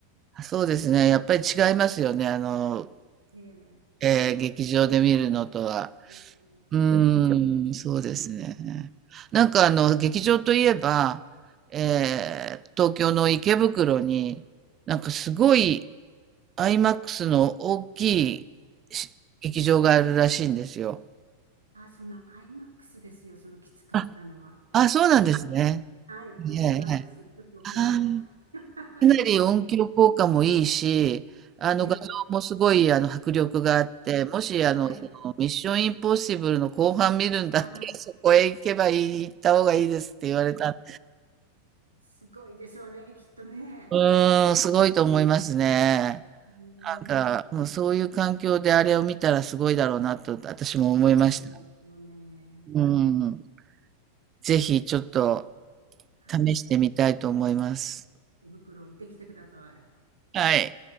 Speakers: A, on the right; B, on the right.
A: あそうですね。やっぱり違いますよね。あの、
B: ええ、
A: ええ劇場で見るのとは。
B: うん、
A: うーん、
B: 劇場。
A: そうですね。
B: うん
A: なんかあの、劇場といえば、えー東京の池袋に、なんかすごい IMAX の大きいし劇場があるらしいんですよ。
B: あ、その IMAX ですよ。そのきつかったのは。
A: あ、あ、そうなんですね。
B: はい。はい。
A: はいはいはい。
B: IMAX、ちょっと怖い。
A: あー
B: <laughs>
A: かなり音響効果もいいし、あの画像もすごいあの迫力があって、
B: ええ。
A: もしあの、
B: はい。
A: そのミッションインポッシブルの後半見るんだったらそこへ行けばいい、
B: あ、
A: 行った方がいいですって言われたんで。
B: すごいでしょうね、きっとね。
A: うーん、すごいと思いますね。
B: うん、うん
A: なんか、もうそういう環境であれを見たらすごいだろうなと私も思いました。
B: すごいですよね。
A: うん。ぜひちょっと
B: はい。
A: 試してみたいと思います。
B: 手袋行ってきてください。
A: はい。